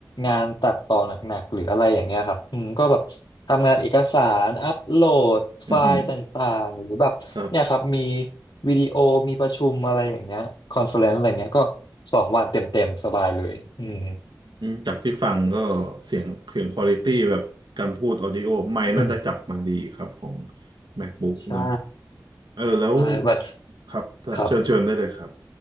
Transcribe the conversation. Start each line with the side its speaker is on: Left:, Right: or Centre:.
Left: งานตัดต่อหนักๆหรืออะไรอย่างเงี้ยครับอืมก็แบบทำงานเอกสารอัปโหลดไฟล์ต่างๆหรือแบบเนี่ยครับมี
Right: อือหือครับ
Left: วิดีโอมีประชุมอะไรอย่างเงี้ยคอนเฟอเรนซ์อะไรเงี้ยก็สองวันเต็มๆสบายเลยอืม
Right: อืมจากที่ฟังก็เสียงเสียงควอลิตี้แบบการพูดออดิโอไมค์น่าจะจับมาดีครับของ
Left: อืม
Right: MacBook
Left: ใช่
Right: เนาะเออแล้ว
Left: ใช่บัด
Right: ครับเชิญเชิญได้เลยครับ
Left: ครับ